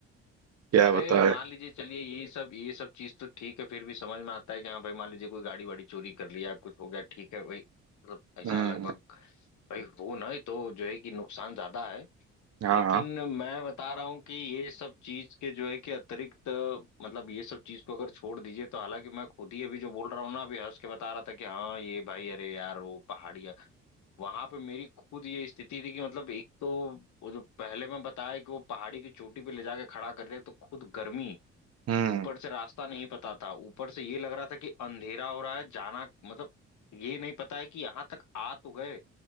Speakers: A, on the right; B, on the left.
A: क्या
B: अरे
A: बताए
B: मान लीजिए चलिए ये सब ये सब चीज तो ठीक है फिर भी समझ में आता है कि हाँ भाई मान लीजिए कोई गाड़ी वाड़ी चोरी कर लिया कुछ हो गया ठीक है भाई मतलब ऐसा
A: हम्म
B: लगभग भाई हो ना ये तो जो है कि नुकसान ज्यादा है
A: हाँ
B: लेकिन
A: हाँ
B: मैं बता रहा हूँ कि ये सब चीज के जो है कि अतिरिक्त मतलब ये सब चीज को अगर छोड़ दीजिए तो हालांकि मैं खुद ही अभी जो बोल रहा हूँ ना अभी हंस के बता रहा था कि हाँ ये भाई अरे यार वो पहाड़ी वहां पे मेरी खुद ये स्थिति थी कि मतलब एक तो वो जो पहले मैं बताया कि वो पहाड़ी की चोटी पे ले जाके खड़ा कर दिया तो खुद गर्मी
A: हम्म
B: ऊपर से रास्ता नहीं पता था ऊपर से ये लग रहा था कि अंधेरा हो रहा है जाना मतलब ये नहीं पता है कि यहाँ तक आ तो गए